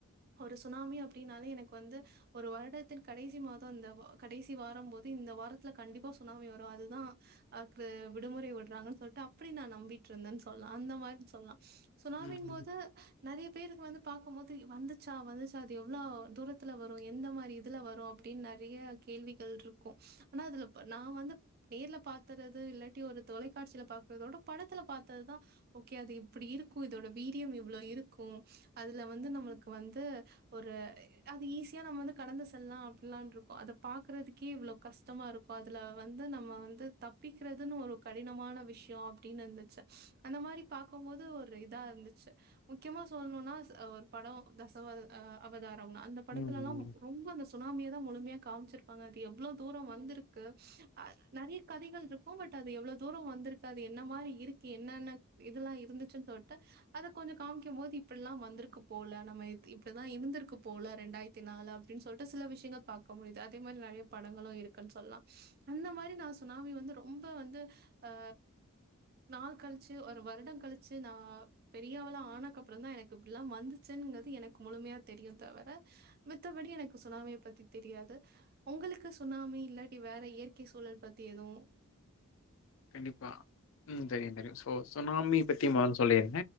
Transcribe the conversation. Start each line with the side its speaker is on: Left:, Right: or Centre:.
Right: ஒரு சுனாமி அப்டினாலே எனக்கு வந்து ஒரு வருடத்தின் கடைசி மாத இந்த கடைசி வாரம்போது இந்த வாரத்துல கண்டிப்பா சுனாமி வரு அது தா அக்கு விடுமுறை விடுறாங்கன் சொல்ட்டு அப்டி நா நம்பிட்டு இருந்தன் சொல்லா அந்த மாரின் சொல்லா சுனாமின்
Left: ம்
Right: போது நெறய பேருக்கு வந்து பாக்கும் போது வந்துச்சா வந்துச்சா அது எவ்ள தூரத்துல வரு எந்த மாரி இதுல வரு அப்டின் நெறய கேள்விகள் இருக்கு ஆனா அதுல நா வந்து நேர்ல பாத்துறது இல்லாட்டி ஒரு தொலைக்காட்சியில பாக்குறதோட படத்துல பாத்ததுதா ஓகே அது இப்டி இருக்கு இதோட வீரியம் இவ்ளோ இருக்கு அதுல வந்து நம்மளுக்கு வந்து ஒரு அது ஈஸியா நம்ம வந்து கடந்து செல்லா அப்டிலான்ருக்கோ அத பாக்குறதுக்கே இவ்ளோ கஷ்டமா இருக்கோ அதுல வந்து நம்ம வந்து தப்பிக்கிறதுன் ஒரு கடினமான விஷய அப்டினு இருந்துச்சு அந்த மாரி பாக்கும்போது ஒரு இதா இருந்துச்சு முக்கியமா சொல்னுனா ஒரு படொ தசவ் அவதாரம் அந்த படத்துலல்லா
Left: ம் ம்
Right: ரொம்ப அந்த சுனாமிய தா முழுமையா காமிச்சிருப்பாங்க அது எவ்ளோ தூர வந்திருக்கு அ நெறைய கதைகள் இரு உ கொட்டாது எவ்ளோ தூர வந்திருக்காது என்ன மாரி இருக்கு என்னென்ன இதெல்லா இருந்துச்சுன் சொல்ட்டு அது கொஞ்சோ காமிக்கும் போது இப்பில்லா வந்துருக் க்கு போல நம்ம இப்டிதா இருந்துருக்கு போல ரெண்டாயிரத்தி நாலு அப்டின் சொல்ட்டு சில விஷயங்க பாக்க முடியுது அதே மாரி நெறைய படங்களு இருக்குன் சொல்லா அந்த மாரி நா சுனாமி வந்து ரொம்ப வந்து அ நாள் கழிச்சி ஒரு வருட கழிச்சி நா பெரியவளா ஆனக்கப்புறோ தா எனக்கு இப்டிலா வந்துச்சுங்கிறது எனக்கு முழுமையா தெரியு தவர மித்தபடி எனக்கு சுனாமிய பத்தி தெரியாது உங்களுக்கு சுனாமி இல்லாட்டி வேற இயற்கை சூழல் பத்தி எதுவு
Left: கண்டிப்பா ம் தெரியு தெரியு சோ சுனாமி பத்தி மொதல்ல சொல்லிற